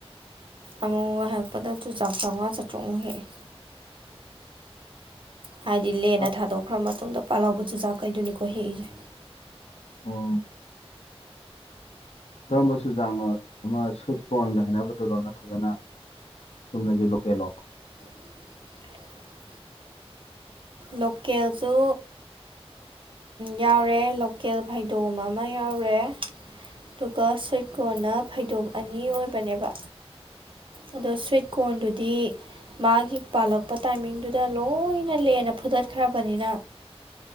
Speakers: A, on the right; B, on the left.
A: ꯑꯃꯨꯛ ꯃꯨꯛ ꯍꯦꯛꯄꯗ ꯆꯨꯖꯥꯛ ꯆꯥꯝꯃꯉꯥ ꯆꯥꯇ꯭ꯔꯨꯛꯃꯨꯛ ꯍꯦꯛꯑꯦ ꯍꯥꯏꯗꯤ
B: ꯆꯨꯖꯥꯛ
A: ꯂꯦꯟꯅ ꯊꯥꯗꯣꯛꯈ꯭ꯔ ꯃꯇꯨꯡꯗ ꯄꯥꯜꯍꯧꯕ ꯆꯨꯖꯥꯛꯈꯩꯗꯨꯅꯤꯀꯣ ꯍꯦꯛꯏꯁꯦ
B: ꯑꯣ ꯀꯔꯝꯕ ꯆꯨꯖꯥꯛꯅꯣ ꯑꯃ ꯁꯨꯠ ꯀꯣꯔ꯭ꯟꯒ ꯍꯥꯏꯅꯕꯗꯨꯔꯣ ꯅꯠꯇ꯭ꯔꯒꯅ ꯆꯨꯝꯅꯒꯤ ꯂꯣꯀꯦꯜꯂꯣ
A: <unintelligible> ꯂꯣꯀꯦꯜꯁꯨ ꯌꯥꯎꯔꯦ ꯂꯣꯀꯦꯜ ꯐꯩꯗꯣꯝ ꯑꯃ ꯌꯥꯎꯔꯦ ꯑꯗꯨꯒ ꯁꯨꯏꯠ ꯀꯣ꯭ꯔ꯭ꯟꯅ ꯐꯩꯗꯣꯝ ꯑꯅꯤ ꯑꯣꯏꯕꯅꯦꯕ ꯑꯗꯣ ꯁ꯭ꯋꯤꯠ ꯀꯣꯔꯟꯗꯨꯗꯤ ꯃꯥꯒꯤ ꯄꯥꯜꯂꯛꯄ ꯇꯥꯏꯃꯤꯡꯗꯨꯗ ꯂꯣꯏꯅ ꯂꯦꯟꯅ ꯐꯨ ꯐꯨꯗꯠꯈ꯭ꯔꯕꯅꯤꯅ